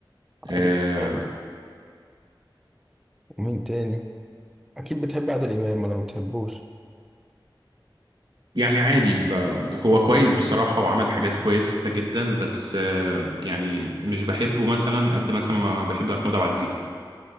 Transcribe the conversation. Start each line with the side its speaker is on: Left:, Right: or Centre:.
Right: آه،
Centre: عادل امام ومين تاني اكيد بتحب عادل امام ولا ما بتحبوش
Right: يعني عادي ب- هو كويس بصراحه وعمل حاجات كويسه جدا بس آه، يعني مش بحبه مثلا قد مثلا ما بحب محمود عبد العزيز